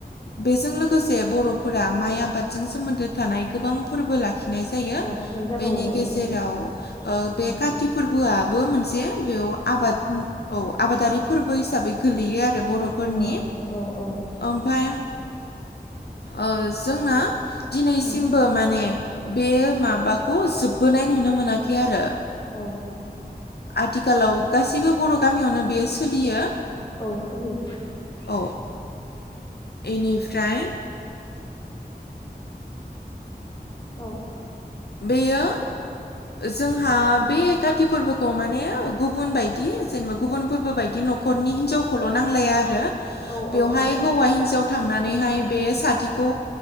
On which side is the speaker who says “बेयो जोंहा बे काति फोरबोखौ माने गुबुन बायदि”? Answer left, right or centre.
Left